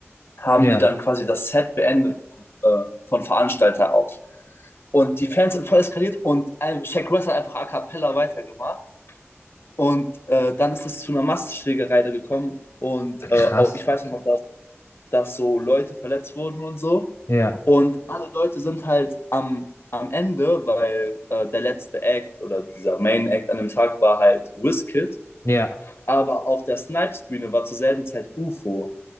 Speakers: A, on the left; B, on the left.
A: haben
B: Ja,
A: die dann quasi das Set beendet äh, von Veranstalter aus. Und die Fans sind voll eskaliert und ein- Shaq West hat einfach a cappella weitergemacht. Und äh, dann ist es zu einer Massenschlägerei da gekommen. Und äh,
B: krass.
A: auch, ich weiß noch, dass, dass so Leute verletzt wurden und so.
B: Ja,
A: Und alle Leute sind halt am, am Ende, weil äh, der letzte Act oder dieser Main Act an dem Tag war halt Wizkid.
B: ja.
A: Aber auf der Snipes-Bühne war zur selben Zeit UFO.